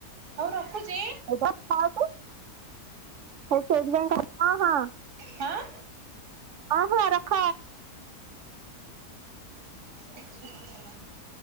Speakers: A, on the right (about 75°); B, on the right (about 55°).
A: ହଉ ରଖୁଛି
B: ଏଇତ <unintelligible> ସେଇଥିପାଇଁ ହଁ ହଁ।
A: ହଁ।
B: ହଁ ହଁ ରଖ।
A: <unintelligible>